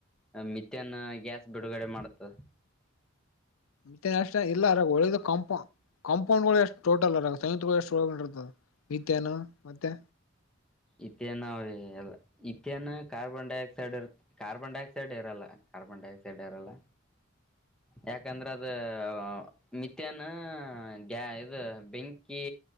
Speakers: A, in the centre; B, on the left (about 80°).
A: ಮತ್ಯನ್ ಗ್ಯಾಸ್ ಬಿಡುಗಡೆ ಮಾಡ್ತದ
B: ಮ ಇಲ್ಲ ಅರ ಒಳ್ಳ ಕಂಪ ಕಾಂಪೌಂಡ್ಗಳು ಎಷ್ಟು ಟೋಟಲ್ ಅರ ಸಂತ್ಗಳು ಎ ರ್ತದೆ ನಿತ್ಯನ ಮತ್ತೆ
A: ಇತ್ತನ್ ಇತ್ತೇನು ಕಾರ್ಬನ್ ಡೈಆಕ್ಸೈಡ್ ಇರ್ ಕಾರ್ಬನ್ ಡೈಆಕ್ಸೈಡ್ ಇರಲ್ಲ ಕಾರ್ಬನ್ ಡೈಆಕ್ಸೈಡ್ ಇರಲ್ಲ ಯಾಕಂದ್ರೆ ಅದು ಮಿಥಾನ ಗ್ಯಾ ಇದು ಬೆಂಕಿ